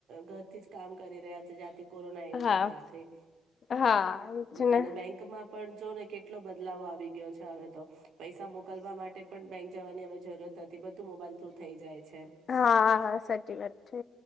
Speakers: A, on the right; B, on the left.
A: ઘરથી જ કામ કરી રહ્યા છે જાતે કોરોના આયવો
B: હા
A: છે ત્યારથી
B: હા એજ ને
A: અને બેંકમાં પણ જોને કેટલો બદલાવ આવી ગયો છે હવે તો પૈસા મોકલવા માટે પણ બેંક જવાની હવે જરૂરત નથી બધું મોબાઈલ થ્રુ થઈ જાય છે
B: હા સાચી વાત છે